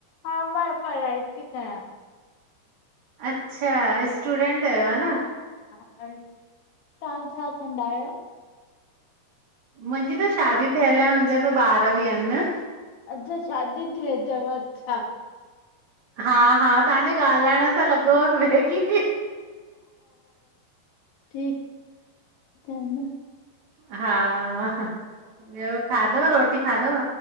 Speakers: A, on the left; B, on the right.
A: हा मां पढाई ती कयां।
B: अच्छा, स्टूडेंट अहियो ह न?
A: हा हल, तां छा कंदा आहियो?
B: मुंॼी त शादी थियल आए, मुंॼा त ॿार ॿि अन न
A: अच्छा शादी थी वई तव च्छा?
B: हा- हा, ताहांॼो ॻाल्हाइण सां लॻो पे की
A: ठीक आ न <unintelligible>
B: हा ॿियो, खादव रोटी खादव?